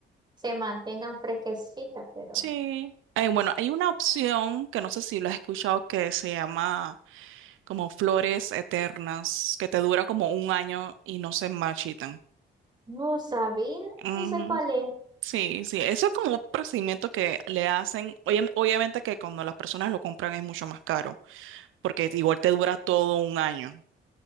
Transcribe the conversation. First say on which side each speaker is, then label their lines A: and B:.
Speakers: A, on the right; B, on the right.
A: se mantengan fresquecitas, pero...
B: sí. Ay, bueno, hay una opción que no sé si lo has escuchado que se llama como flores eternas que te dura como un año y no se marchitan.
A: No sabía.
B: Ujú.
A: ¿Eso cuál es?
B: Sí, sí, eso es como un procedimiento que le hacen, obvia- obviamente que cuando las personas lo compran es mucho más caro, porque igual te dura todo un año